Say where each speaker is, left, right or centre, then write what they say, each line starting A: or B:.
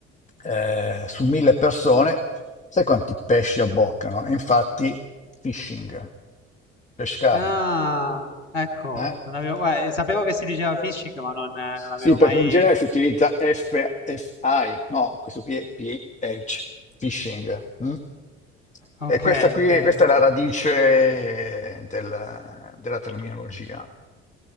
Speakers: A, on the left; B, on the left.
A: eh, su mille persone, sai quanti pesci abboccano? E infatti, phishing, pescare.
B: Ah, ecco,
A: eh?
B: non avevo, guarda, sapevo che si diceva phishing, ma non, eh,
A: Sì,
B: non avevo
A: perché
B: mai,
A: in genere si utilizza FFI, no, questo qui è PH, phishing. mm?
B: Okay,
A: E questa qui,
B: okay,
A: è, questa è la radice del- della terminologia.